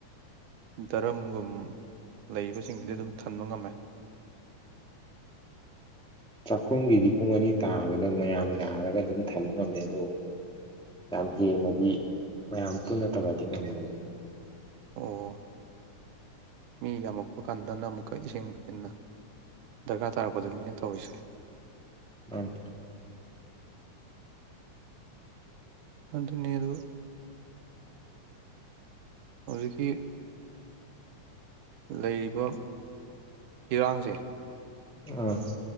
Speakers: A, on the right; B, in the centre.
A: ꯗꯔꯝꯒꯨꯝ ꯂꯩꯕꯁꯤꯡꯗꯨꯗꯤ ꯑꯗꯨꯝ ꯊꯟꯕ ꯉꯝꯃꯦ
B: ꯆꯥꯛꯈꯨꯝꯒꯤꯗꯤ ꯄꯨꯡ ꯑꯅꯤ ꯇꯥꯕꯗ ꯃꯌꯥꯝ ꯌꯥꯔꯒ ꯑꯗꯨꯝ ꯊꯝꯕ ꯉꯝꯃꯦ ꯑꯗꯨꯕꯨ ꯌꯥꯝ ꯍꯦꯟꯅꯗꯤ ꯃꯌꯥꯝ ꯄꯨꯟꯅ ꯇꯧꯔꯗꯤ ꯉꯝꯗꯦ
A: ꯑꯣ ꯃꯤ ꯌꯥꯝꯃꯛꯄ ꯀꯥꯟꯗꯅ ꯑꯃꯨꯛꯀ ꯏꯁꯤꯡ ꯍꯦꯟꯅ ꯗꯔꯀꯥꯔ ꯇꯥꯔꯛꯄꯗꯅꯤꯅ ꯇꯧꯔꯤꯁꯦ
B: ꯑꯪ
A: ꯑꯗꯨꯅꯦ ꯑꯗꯨ ꯍꯧꯖꯤꯛꯀꯤ ꯂꯩꯔꯤꯕ ꯏꯔꯥꯡꯁꯦ
B: ꯑꯥ